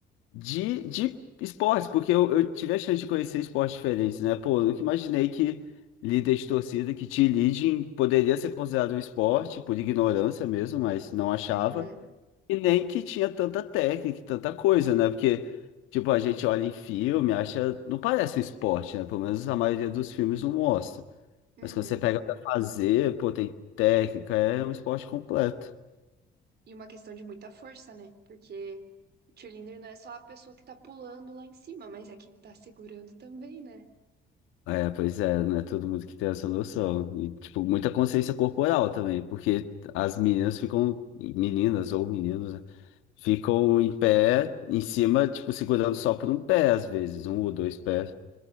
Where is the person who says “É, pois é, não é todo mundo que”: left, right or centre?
Left